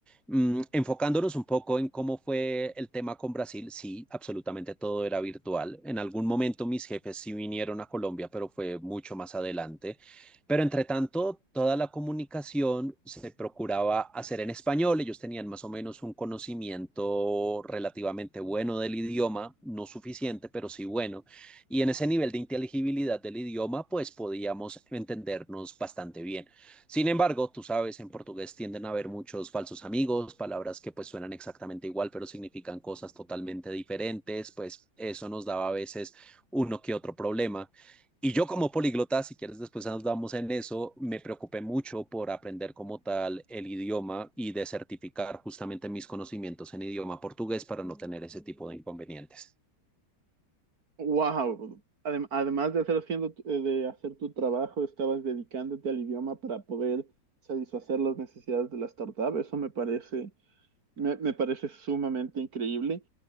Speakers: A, in the centre; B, on the right.
A: Mm, enfocándonos un poco en cómo fue el tema con Brasil, sí, absolutamente todo era virtual. En algún momento mis jefes sí vinieron a Colombia, pero fue mucho más adelante. Pero entre tanto, toda la comunicación se procuraba hacer en español. Ellos tenían más o menos un conocimiento relativamente bueno del idioma, no suficiente, pero sí bueno. Y en ese nivel de inteligibilidad del idioma, pues podíamos entendernos bastante bien. Sin embargo, tú sabes, en portugués tienden a haber muchos falsos amigos, palabras que pues suenan exactamente igual, pero significan cosas totalmente diferentes, pues eso nos daba a veces uno que otro problema. Y yo como políglota, si quieres después andamos en eso, me preocupé mucho por aprender como tal el idioma y de certificar justamente mis conocimientos en idioma portugués para no tener ese tipo de inconvenientes.
B: Wow. Además de hacer, haciendo tu- eh, de hacer tu trabajo, estabas dedicándote al idioma para poder satisfacer las necesidades de la startup. Eso me parece, me, me parece sumamente increíble.